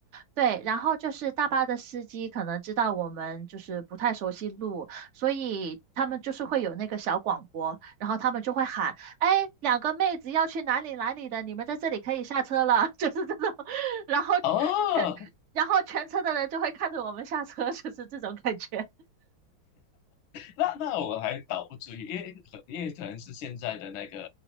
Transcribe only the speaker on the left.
哦。
那那我还倒不至于，因为可因为可能是现在的那个